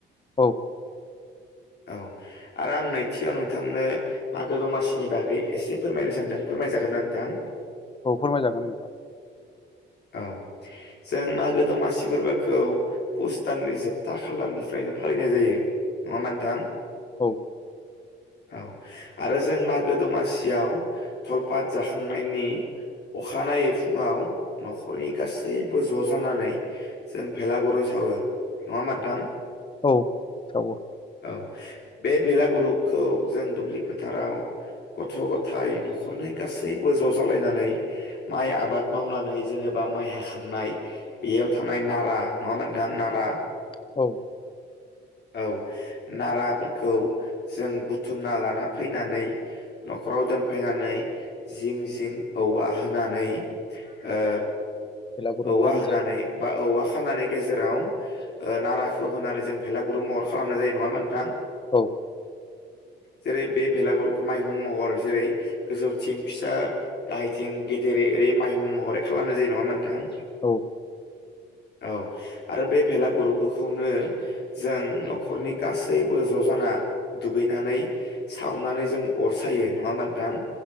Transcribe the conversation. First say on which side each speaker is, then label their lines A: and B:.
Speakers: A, on the left (about 25°); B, on the left (about 60°).
A: औ
B: औ आरो आं नैथियाव नोंथांनो मागो दमासिनि बागै एसे फोरमायनो सानदों फोरमायजागोनना नोंथां?
A: औ फोरमायजागोन नोंथां।
B: औ जों मागो दमासि फोरबोखौ पुस दाननि जोबथा खालारनिफ्रायनो फालिनाय जायो नङा होनबा नोंथां?
A: औ!
B: औ आरो जों मागो दमासियाव थलपात जाखांनायनि अखानायै फुङाव न'खरनि गासैबो ज' जानानै जों भेलागुरु सावो नङा होमबा नोंथां?
A: औ सावो।
B: औ बे बेलागुरुखौ जों दुब्लि फोथाराव गथ' गथायाइ न'खरनि गासैबो ज' जालायनानै माइ आबाद मावनानै जेनेबा माइ हाखांनाय बेयाव थानाय नारा नङा नोंथां नारा
A: औ
B: औ नाराफोरखौ जों बुथुमना लाना फैनानै न'खराव दोनफैनानै जिं जिं औवा होनानै ओ
A: बेलागुरु
B: औवा
A: बानायनाय
B: होनानै
A: जायो
B: बा औवा खानानै गेजेराव नाराखौ होनानै जों भेलागुरु महर खालामनाय जायो नङामोन नोंथां?
A: औ
B: जेरै बे भेलागुरुखौ माइहुं महर जेरै गोजौथिं फिसा गाहायथिं गेदेरै ओरै माइहुं महरै खालामनाय जायो नङामोन नोंथां?
A: औ
B: औ आरो बे भेलागुरुखौनो जों न'खरनि गासैबो ज'जाना दुगैनानै सावनानै जों अर सायो नङा होनबा नोथां?